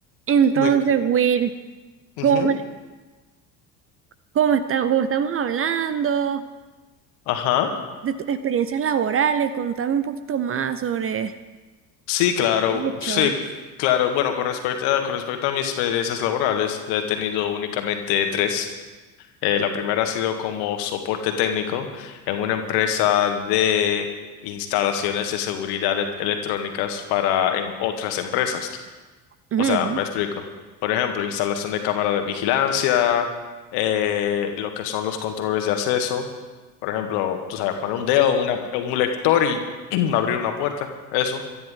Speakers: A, on the right (about 30°); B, on the left (about 55°).
A: Entonces,
B: Muy-
A: Will,
B: ujú,
A: cómo me, cómo esta- cómo estamos hablando
B: Ajá.
A: de tus experiencias laborales, contame un poquito más sobre
B: Sí, claro.
A: hecho.
B: Sí, claro. Bueno, con respecto a, con respecto a mis experiencias laborales, he tenido únicamente tres. Eh, la primera ha sido como soporte técnico en una empresa de instalaciones de seguridad e- electrónicas para em, otras empresas.
A: Ujú.
B: O sea, me explico. Por ejemplo, instalación de cámaras de vigilancia, eh, lo que son los controles de acceso. Por ejemplo, tú sabes, poner un dedo en, una- en un lector y <clears throat> abrir una puerta, eso.